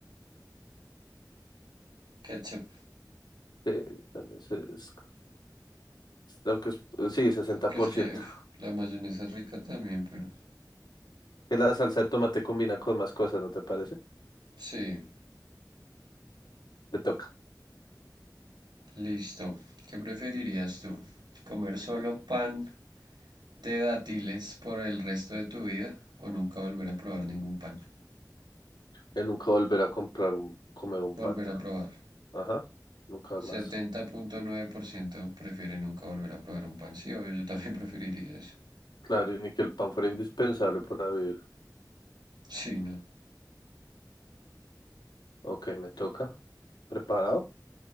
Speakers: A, on the right (about 80°); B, on the left (about 80°).
A: Ketchup.
B: Sí, también se- es- aunque es- sí, sesenta
A: Aunque
B: por
A: es
B: ciento.
A: que uf, la mayonesa es rica también, pero.
B: Que la salsa de tomate combina con más cosas, ¿no te parece?
A: Sí,
B: Te toca.
A: listo. ¿Qué preferirías tú? ¿Comer solo pan de dátiles por el resto de tu vida o nunca volver a probar ningún pan?
B: Que nunca volver a comprar un, comer un pan.
A: Volver a probar.
B: Ajá, nunca más.
A: setenta punto nueve por ciento prefiere nunca volver a probar un pan. Sí, obvio, yo también <laughs> preferiría eso.
B: Claro, y ni que el pan fuera indispensable para vivir.
A: Sí, no.
B: Ok, me toca. ¿Preparado?